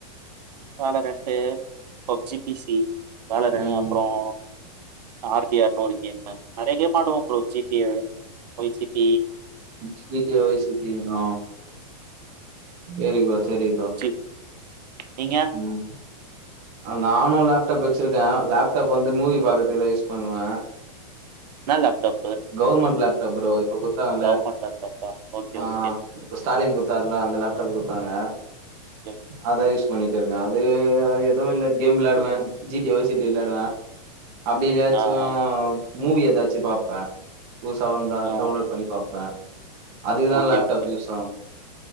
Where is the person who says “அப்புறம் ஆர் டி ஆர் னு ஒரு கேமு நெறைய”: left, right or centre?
Right